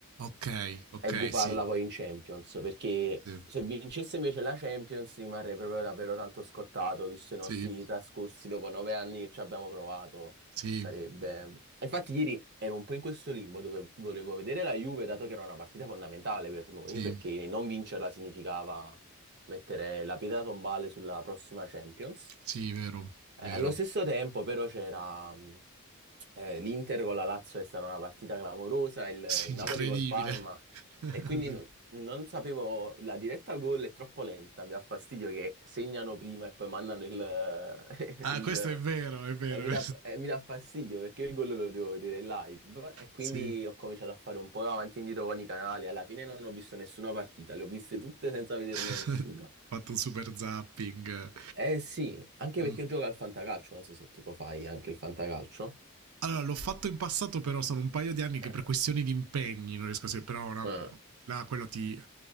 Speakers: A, on the right; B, on the right.
A: Ok, ok,
B: e gufarla
A: sì,
B: poi in Champions, perché
A: sì,
B: se vincesse invece la Champions rimarrei proprio davvero tanto scottato, visto i nostri
A: sì,
B: trascorsi dopo nove anni che ci abbiamo provato.
A: sì,
B: Sarebbe... Infatti ieri ero un po' in questo limbo dove volevo vedere la Juve, dato che era una partita fondamentale per noi,
A: sì,
B: perché non vincerla significava mettere la pietra tombale sulla prossima Champions.
A: sì, vero, vero.
B: Eh, allo stesso tempo, però, c'era mh, eh, l'Inter con la Lazio, è stata una partita clamorosa, il
A: Sì, incredibile.
B: Napoli col Parma,
A: <laughs>
B: e quindi
A: Sì.
B: non, non sapevo, la diretta gol è troppo lenta, mi dà fastidio che segnano prima e poi mandano il, <laughs>
A: Ah,
B: il,
A: questo è vero, è vero.
B: e mi dà, e mi dà fastidio perché il gol lo devo vedere live e quindi
A: Sì.
B: ho cominciato a fare un po' avanti e indietro con i canali. Alla fine non ho visto nessuna partita, le ho viste tutte senza vederne
A: <laughs>
B: nessuna.
A: Ho Fatto un super zapping.
B: Eh sì, anche
A: Mm.
B: perché io gioco al fantacalcio, non so se tu lo fai anche il fantacalcio.
A: Allora, l'ho fatto in passato, però sono un paio di anni che
B: Eh,
A: per questioni di impegni non riesco a seguire, però ora
B: eh,
A: là quello ti eh,